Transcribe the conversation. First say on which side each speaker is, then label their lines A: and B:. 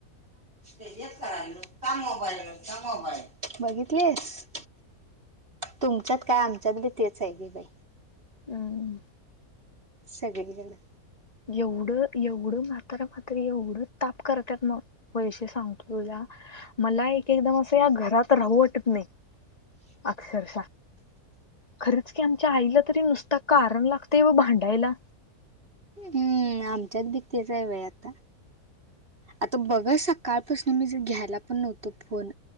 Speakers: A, on the right; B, on the left.
A: ते येत करा मोबाईलबाईल बघितलीस तुमच्यात काय आमच्यात बी तेच आहे बी बाई
B: हम
A: सगे गलं
B: एवढं एवढं मात्रा मात्र एवढं ताप करतात मग होयसे सांगतो तुला मला एक एकदम असं या घरात राहू वाटत नाही अक्षरशः खरंच की आमच्या आईला तरी नुसता कारण लागतेय व भांडायला
A: हम् ह आमच्याच भीतीचव आहे आता आता बघा सकाळपासून मी ज घ्यायला पण नव्हतो फोन